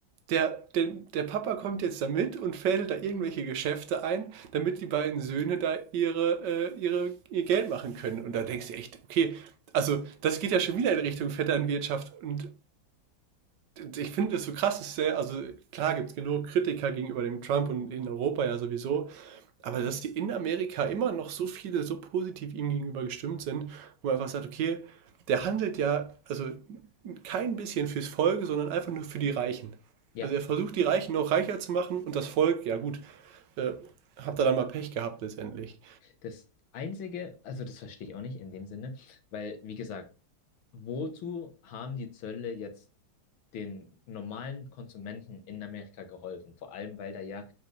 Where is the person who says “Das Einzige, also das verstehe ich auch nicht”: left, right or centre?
Left